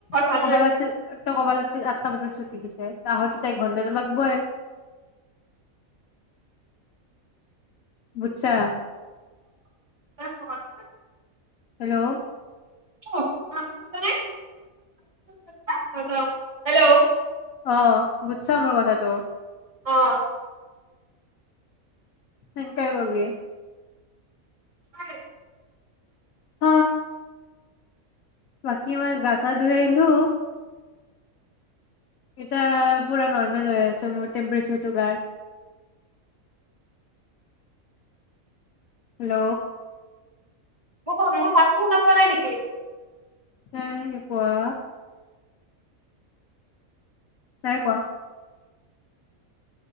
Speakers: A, on the left; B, on the right.
A: ত
B: পালোৱে
A: কবা লাগিছিল ত কবা লাগিছিল আঠটা বজাত ছুটি দিছে। আহোতেতো এক ঘন্টাটোটা লাগবই। বুজিছা।
B: <unintelligible>
A: হেল্ল'?
B: <unintelligible>
A: অ' বুজছা মোৰ কথাটো?
B: অ'।
A: হেনকে কৰিবি।
B: <unintelligible>
A: হ, বাকী মই গা চা ধুই আহিলো। এতিয়া পুৰা নৰ্মেল হৈ আছে মোৰ টেম্পচাৰটো গাৰ। হেল্ল'?
B: মোক ক মোৰ পাত ন কোৱা নাই নেকি?
A: কেনেকুৱা? তাই কোৱা।